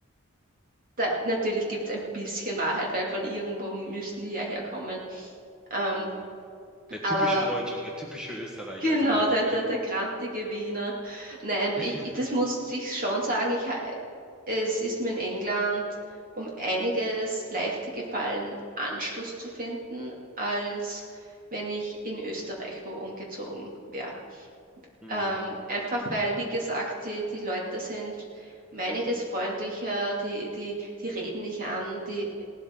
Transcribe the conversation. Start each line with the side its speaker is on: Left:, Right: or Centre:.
Right: da, natürlich gibt es ein bisschen Wahrheit, weil von irgendwo müssen die ja herkommen. Ähm,
Centre: Mhm. Der
Right: aber
Centre: typische Deutsche und der typische Österreicher,
Right: genau,
Centre: so meinst
Right: der,
Centre: du,
Right: der,
Centre: gell?
Right: der grantige Wiener. Nein,
Centre: <laughs>
Right: ich, ich- das muss ich schon sagen, ich, ha- es ist mir in England um einiges leichter gefallen, Anschluss zu finden, als wenn ich in Österreich wo umgezogen wäre.
Centre: Mhm,
Right: Ähm, einfach weil, wie gesagt, die, die Leute sind um einiges freundlicher, die, die, die reden dich an, die